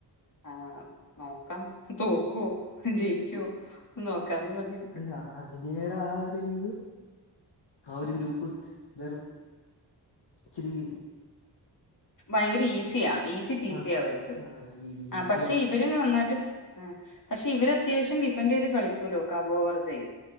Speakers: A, on the left; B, on the left.
A: ആഹ് നോക്കാം തോക്കോ ജെയിക്കോ നോക്കാംന്നും പർഞ്ഞിര്
B: അല്ലാ അർജെന്റീനേടെ ആഹ് ഒരു ലീഗ് ആ ഒര് ഗ്രൂപ്പ് വെറും ച്ചിരീ
A: ഭയങ്കര ഈസിയാ ഈസി പീസിയാ
B: ആഹ്
A: അവര്ത്
B: ആഹ് ഈ
A: ആഹ്
B: ഈസിയാണ്.
A: പക്ഷെ ഇവര്ത് നന്നായ്ട്ട് ആഹ് പക്ഷെ ഇവരത്യാവശ്യം ഡിഫൻഡെയ്ത് കളിക്കൂലാേ കാബോ വർതെ